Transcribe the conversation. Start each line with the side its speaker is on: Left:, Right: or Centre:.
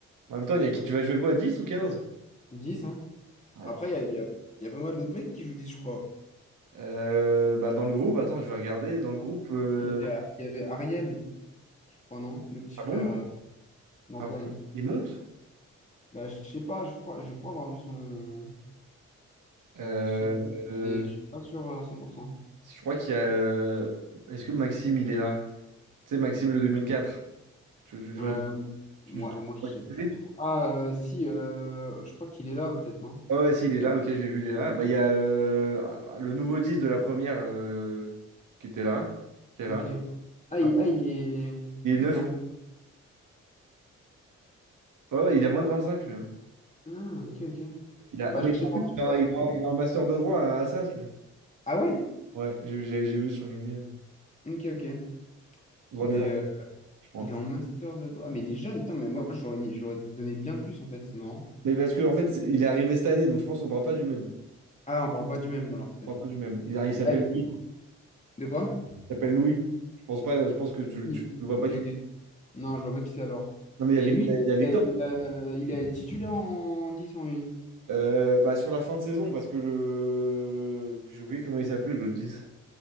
Right: En même temps, il y a qui- tu vas jouer quoi, dix ou quinze
Left: 10, hein.
Right: Ouais,
Left: Après, il y a, il y a- il y a pas mal d'autres mecs qui jouent 10, je crois.
Right: Euh, bah dans le groupe, attends, je vais regarder. Dans le groupe, euh,
Left: Il y avait, il y avait Ariel, je crois, non? Le petit
Right: ah
Left: frère
Right: bon?
Left: euh, d'Antoine.
Right: Ah ouais, il monte?
Left: Bah, je sais pas, je crois, je crois avoir vu son...
Right: Euh,
Left: Son...
Right: euh,
Left: mais Je suis pas sûr à 100%.
Right: je crois qu'il y a. euh, Est-ce que Maxime, il est là? Tu sais, Maxime le 2004. Tu, tu-
Left: Euh, ouais,
Right: tu- tu-
Left: moi, je sais plus
Right: tu-
Left: trop. Ah, euh, si, euh, je crois qu'il est là, peut-être, non?
Right: Ah ouais, si, il est là, ok, j'ai vu, il est là. Bah, il y a euh, le nouveau 10 de la première euh, qui était là. Qui est
Left: Ok.
Right: là.
Left: Ah,
Right: Ah,
Left: il, ah, il est...
Right: il est 9.
Left: Il est en...
Right: ouais, ouais, il a moins de 25, lui. hein.
Left: Ah, ok, ok.
Right: Il a,
Left: Bah,
Right: ah, bah, il,
Left: je sais
Right: en
Left: pas,
Right: plus,
Left: en tout
Right: il a,
Left: cas... euh,
Right: il a- il a un master de droit à Assas, lui.
Left: Ah ouais?
Right: Ouais, j'ai j'ai- j'ai vu son LinkedIn.
Left: Ok, ok.
Right: Droit
Left: Mais
Right: des Ouais.
Left: euh,
Right: arts, je crois.
Left: il est en master de droit. Ah, mais il est jeune, putain, mais moi, j'aurais mis... j'aurais donné bien plus, en fait, c'est marrant.
Right: Mais parce que en fait, il est arrivé cette année, donc je pense qu'on parle pas du même.
Left: Ah, on parle pas du même, alors, peut-être.
Right: On parle pas du même. Il, a- il s'appelle
Left: Ah, et-
Right: Louis.
Left: De quoi?
Right: Il s'appelle Louis. Je pense pas, je pense que tu,
Left: Oui.
Right: tu le vois
Left: Ok,
Right: pas. qui-
Left: ok. Non, je vois pas qui c'est alors.
Right: Non, mais il
Left: Et
Right: y a, Vic-
Left: lui,
Right: il y a Victor.
Left: il est, il a- il est titulaire en 10 en 1.
Right: Euh, bah, sur la fin de saison, parce que le. J'ai oublié comment il s'appelait, l'autre 10.